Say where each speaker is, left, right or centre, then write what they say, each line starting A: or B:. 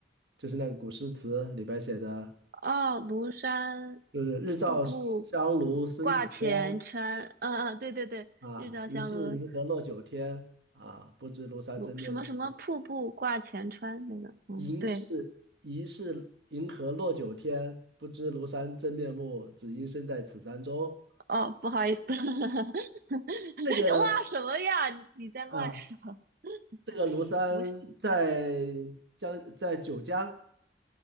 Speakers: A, on the right (about 70°); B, on the right (about 55°).
A: 就是那个古诗词里边写的，
B: 哦，庐山
A: 就是“日照香炉生紫烟，
B: 瀑布挂前川，嗯嗯，对对对，
A: 啊，
B: 日照香炉
A: 疑是银河落九天，啊，不知庐山真面目，
B: 庐什么什么瀑布挂前川那个，嗯对，
A: 疑是疑是银河落九天，不知庐山真面目，只因身在此山中。
B: 哦不好意思，<laughs>
A: 这个
B: 哇什么呀？你你在乱说？
A: 啊，这个庐山在江在九江，
B: <laughs> 不是